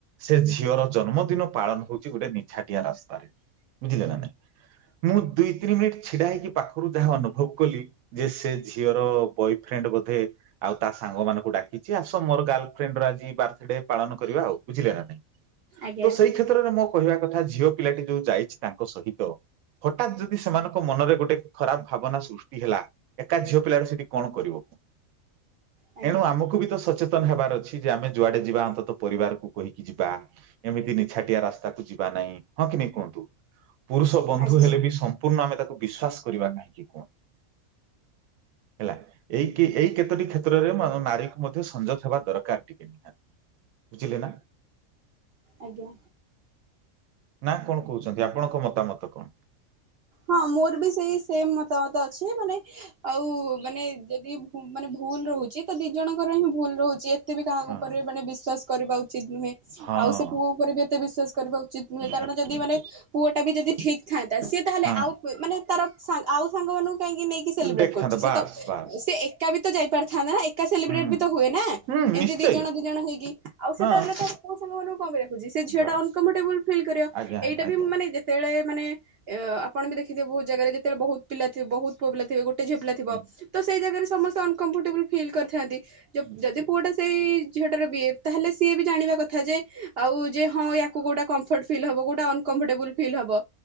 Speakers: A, on the right; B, on the right.
A: ସେ ଝିଅର ଜନ୍ମଦିନ ପାଳନ ହଉଛି ଗୋଟେ ନିଛାଟିଆ ରାସ୍ତାରେ ବୁଝିଲେ ନା ନାଇଁ। ମୁଁ ଦୁଇ ତିନି ମିନିଟ୍ ଛିଡା ହେଇକି ପାଖରୁ ଯାହା ଅନୁଭବ କଲି ଯେ ସେ ଝିଅର ବୟଫ୍ରେଣ୍ଡ ବୋଧେ ଆଉ ତା ସାଙ୍ଗ ମାନଙ୍କୁ ଡାକିଛି ଆସ ମୋର ଗାର୍ଲଫ୍ରେଣ୍ଡ ର ଆଜି ବାର୍ଥଡେ ପାଳନ କରିବା ଆଉ ବୁଝିଲେ ନା। ତ
B: ଆଜ୍ଞା।
A: ସେଇ କ୍ଷେତ୍ରରେ ମୋ କହିବା କଥା ଝିଅ ପିଲାଟି ଯୋଉ ଯାଇଛି ତାଙ୍କ ସହିତ ହଠାତ୍ ଯଦି ସେମାନଙ୍କ ମନରେ ଗୋଟେ ଖରାପ ଭାବନା ସୃଷ୍ଟି ହେଲା ଏକା ଝିଅ ପିଲା ସେଠୀ କଣ କରିବ।
B: ଆଜ୍ଞା।
A: ଏଣୁ ଆମକୁ ବି ତ ସଚେତନ ହେବାର ଅଛି ଯେ ଆମେ ଯୁଆଡେ ଯିବା ଅନ୍ତତଃ ପରିବାରକୁ କହିକି ଯିବା ଏମିତି ନିଛାଟିଆ ରାସ୍ତାକୁ ଯିବା ନାହିଁ ହଁ କି ନାଇଁ କୁହନ୍ତୁ ପୁରୁଷ ବନ୍ଧୁ
B: ଆଜ୍ଞା
A: ହେଲେ ବି ସମ୍ପୂର୍ଣ୍ଣ ଆମେ ତାକୁ ବିଶ୍ୱାସ କରିବା କାହିଁକି? ହେଲା ଏଇ ଏଇ କେତୋଟି କ୍ଷେତ୍ରରେ ନାରୀ ମଧ୍ୟ ସଂଯୋତ ହେବା ଦରକାର ଟିକେ ବୁଝିଲେ ନା।
B: ଆଜ୍ଞା।
A: ନା କଣ କହୁଛନ୍ତି ଆପଣଙ୍କ ମତାମତ କଣ?
B: ହଁ ମୋର ବି ସେଇ ସେମ ମତାମତ ଅଛି ମାନେ ଆଉ ମାନେ ଯଦି ମାନେ ଭୁଲ ରହୁଛି ତ ଦି ଜଣଙ୍କର ହିଁ ଭୁଲ ରହୁଛି। ଏତେ ବି କାହା
A: ହଁ
B: ଉପରେ ମାନେ ବିଶ୍ୱାସ କରିବା ଉଚିତ ନୁହେଁ
A: ହଁ
B: ଆଉ ସେ ପୁଅ ଉପରେ ବି ଏତେ ବିଶ୍ଵାସ କରିବା ଉଚିତ ନୁହେଁ
A: ନିହାତି
B: କାରଣ ଯଦି
A: ନିହାତି
B: ମାନେ ପୁଅଟା ବି ଯଦି ଠିକ୍ ଥାନ୍ତା ସିଏ ତାହେଲେ
A: ହଁ
B: ଆଉ ମାନେ ତାର ଆଉ ସାଙ୍ଗମାନନଙ୍କୁ କାହିଁକି ନେଇକି ସେଲିବ୍ରେଟ
A: ଦେଖିଥାନ୍ତା
B: କରୁଛି ସେ
A: ବାସ୍
B: ତ
A: ବାସ୍।
B: ସେ ଏକା ବି ତ ଯାଇ ପାରଥାନ୍ତା ନା। ଏକା ସେଲିବ୍ରେଟ
A: ହୁଁ
B: ବି ତ ହୁଏନା।
A: ହୁଁ
B: ଏମିତି
A: ନିଶ୍ଚୟ
B: ଦି ଜଣ ଦିଇ ଜଣ ହେଇକି ଆଉ ସେତାହେଲେ
A: ହଁ
B: ଟା ପୁଅ ସାଙ୍ଗ ମାନଙ୍କୁ କଣ ପାଇଁ ଡାକୁଛି ସେ ଝିଅ
A: ବାସ୍
B: ଟା ଅନକମ୍ଫଟେବୁଲ ଫିଲ୍ କରିବ।
A: ଆଜ୍ଞା
B: ଏଇଟା
A: ଆଜ୍ଞା
B: ବି ମାନେ ଯେ ତେବେଳେ ମାନେ ଆପଣ ବି ଦେଖିଥିବେ ବହୁତ ଜାଗାରେ ଯେତେବେଳେ ବହୁତ ପିଲା ଥିବେ ବହୁତ ପୁଅ ପିଲାଥିବେ ଗୋ ଟେ ଝିଅ ପିଲା ଥିବ
A: ହୁଁ,
B: ତ ସେଇ ଜାଗାରେ ସମସ୍ତେ ଅନକମ୍ଫର୍ଟେବୁଲ ଫିଲ୍ କରିଥାନ୍ତି ଯ
A: ନିଶ୍ଚୟ।
B: ଯଦି ପୁଅଟା ସେଇ ଝିଅଟାର ବିଏଫ ତାହେଲେ ସିଏ ବି ଜାଣିବା କଥା ଯେ ଆଉ ଯେ ହଁୟାକୁ କୋଉଟା କମ୍ଫର୍ଟ ଫିଲ୍ ହବ କୋଉଟା ଅନକମ୍ଫର୍ଟେବୁଲ ଫିଲ୍ ହବ